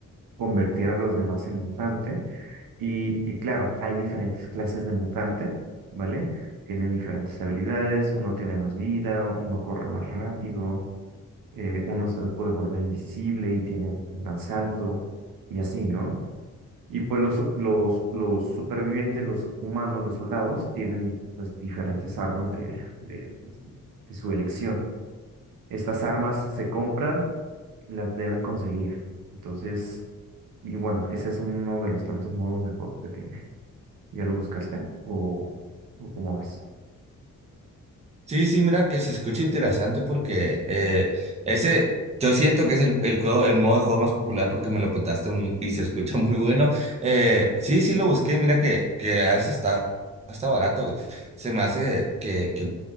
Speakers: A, on the right; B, on the right.
A: convertir a los demás en mutante y, y claro, hay diferentes clases de mutante, ¿vale? Tienen diferentes habilidades, uno tiene más vida, uno corre más rápido, eh, uno se puede volver invisible y tiene un gran salto, y así, ¿no? Y pues los, los, los supervivientes, los humanos, los soldados, tienen di- pues, diferentes armas de, de, pues, de su elección. Estas armas se compran, las deben conseguir. Entonces, y bueno, ese es uno de los tantos modos de juego que tiene. ¿Ya lo buscaste? ¿O, o cómo ves?
B: Sí, sí, mira que se escucha interesante porque eh, ese, yo siento que es el, el juego, el modo de juego más popular porque me lo contaste muy- y se escucha <laughs> muy bueno. Eh, sí, sí lo busqué, mira que, que a veces está, está barato. Se me hace que, que,